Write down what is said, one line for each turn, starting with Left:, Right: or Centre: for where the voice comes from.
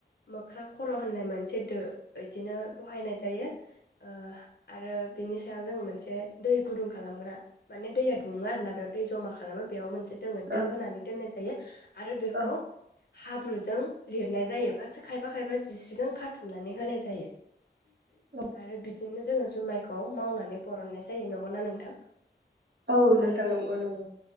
Left: मोख्रा खर होननाय मोनसे दो बिदिनो बहायनाय जायो ओ आरो बिनि सायाव जों मोनसे दै गुदुं खालामग्रा माने दैया दुङो आरो ना बेयाव दै जमा खालामो बेयाव मोन से दोङो दो
Right: औ
Left: होनानै दोननाय जायो आरो बेखौ
Right: औ
Left: हाब्रुजों लिरनाय जायो बासो खायबा खायबा जिस्रिजों खाथुमनानै होनाय जायो
Right: औ
Left: आरो बिदिनो जोंङो जुमायखौ मावनानै बरननाय जायो नंगौनाा नोंथां?
Right: औ नोंथां
Left: आरो
Right: नंगौ नंगौ